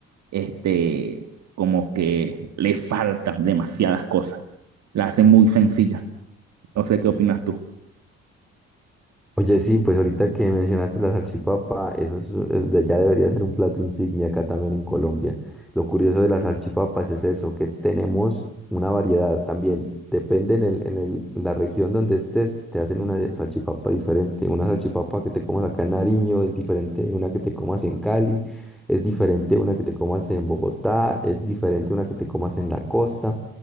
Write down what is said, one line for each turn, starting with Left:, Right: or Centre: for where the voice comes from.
Right: este, como que le faltan demasiadas cosas. La hacen muy sencilla. No sé qué opinas tú.
Centre: Oye, sí, pues ahorita que mencionaste la salchipapa, eso es, es de- ya debería ser un plato insignia acá también en Colombia. Lo curioso de las salchipapas es eso, que tenemos una variedad también. Depende en el, en el, en la región donde estés, te hacen una de- salchipapa diferente. Una salchipapa que te comas acá en Nariño es diferente de una que te comas en Cali, es diferente de una que te comas en Bogotá, es diferente de una que te comas en la costa